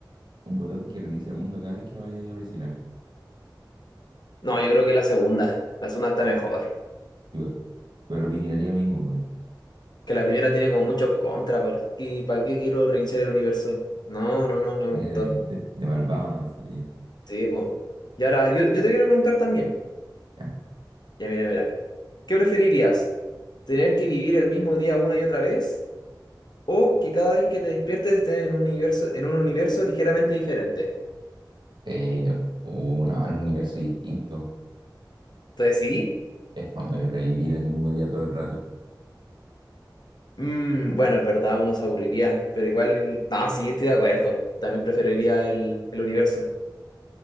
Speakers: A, on the right (about 75°); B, on the left (about 60°).
A: Un botón que reinicia el mundo cada vez que lo vayáis a presionar.
B: No, yo creo que la segunda. La segunda está mejor.
A: Igual, igual opinaría lo mismo, bueno.
B: Que la primera tiene como muchos contras. ¿Por qué, para qué quiero reiniciar el universo? No, no, no, no
A: Sería
B: me gustó.
A: de, de, de malvado nomás, sería.
B: Sí, pues. Y ahora, yo, yo te quiero preguntar también.
A: Ya.
B: Ya, mira, mira. ¿Qué preferirías? ¿Tener que vivir el mismo día una y otra vez? ¿O que cada vez que te despiertes estés en un universo, en un universo ligeramente diferente?
A: Eh, o no, era un universo distinto.
B: Entonces, sí.
A: Es fome revivir el mismo día todo el rato.
B: Mm, bueno, es verdad, uno se aburriría, pero igual, el... no, sí, estoy de acuerdo. También preferiría el, el universo.